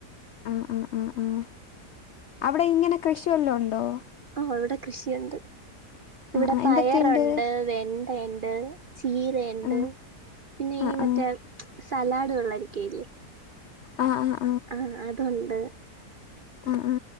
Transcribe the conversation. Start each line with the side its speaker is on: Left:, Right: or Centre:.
Left: ഉം ഉം ഉം ഉം അവിടെ ഇങ്ങനെ കൃഷി വെല്ലോയുണ്ടോ
Right: അവിടെ കൃഷിയുണ്ട് ഇവിടെ കൃഷിയുണ്ട് ഇവിടെ
Left: ആഹ്
Right: പയറുണ്ട്
Left: എന്തൊക്കെയുണ്ട്
Right: വെ ട്ട ഉണ്ട് ചീരുണ്ട്
Left: ആഹ്
Right: പിന്നെ
Left: ആഹ്
Right: ഈ മറ്റേ
Left: ആഹ്
Right: സലാഡ് വള്ളരിക്കല്ലേ
Left: ആഹ ആ
Right: ആഹ അതുണ്ട്
Left: ആ ആ